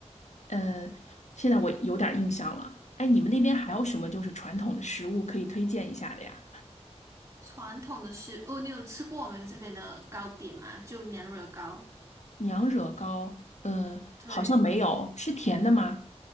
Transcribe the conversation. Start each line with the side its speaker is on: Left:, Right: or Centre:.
Left: 呃，现在我有点儿印象了。哎，你们那边还有什么就是传统的食物可以推荐一下的呀？
Right: 传统的食物，你有吃过我们这边的糕点吗？就娘惹糕。
Left: 娘惹糕，呃，
Right: 对。
Left: 好像没有，是甜的吗？